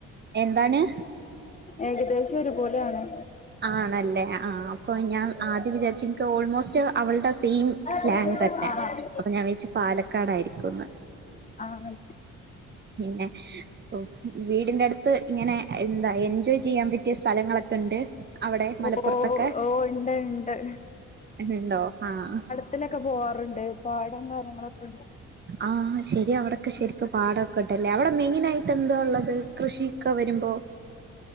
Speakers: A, on the right; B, on the left.
A: എന്താണ്.
B: ഏകദേശം ഒരു പോലെയാണ്
A: ആണല്ലേ ആഹ് അപ്പൊ ഞാൻ ആദ്യം വിചാരിച്ച എനിക്ക് ഓൾമോസ്റ്റ് അവളുടെ സെയിം സ്ലാങ്
B: ആഹ്
A: തന്നെ അപ്പോ ഞാൻ വെച്ച് പാലക്കാടായിരിക്കും ന്ന്.
B: ആഹ് ആഹ്
A: പിന്നെ. ഓഹ് വീടിന്റെ അടുത്ത് ഇങ്ങനെ എന്താ എൻജോയ് ചെയ്യാൻ പറ്റിയ സ്ഥലങ്ങളൊക്കെ ഉണ്ട്. അവിടെ മലപ്പുറത്തൊക്കെ
B: ഓ ഓ ഉണ്ട് ഉണ്ട്
A: എണ്ടോ ആഹ്
B: ത്തിലൊക്കെ പോകാറുണ്ട്, പാടം കാര്യങ്ങളൊക്കെണ്ട്
A: ആഹ് ശരിയാ അവിടെക്കെ ശരിക്കും പാടൊക്കെ ഇണ്ടല്ലേ, അവിടെ മെയിനായിട്ട് എന്താ ഉള്ളത് കൃഷി ഒക്കെ വരുമ്പോ.